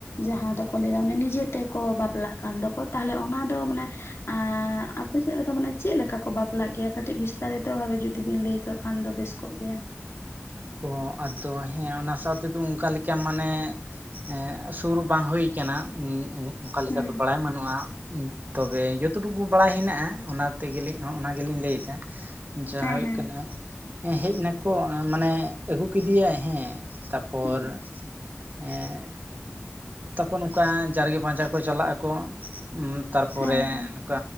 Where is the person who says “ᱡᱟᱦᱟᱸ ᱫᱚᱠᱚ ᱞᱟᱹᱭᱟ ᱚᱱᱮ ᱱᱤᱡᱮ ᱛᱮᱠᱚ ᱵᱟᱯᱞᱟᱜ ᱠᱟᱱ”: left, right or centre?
Left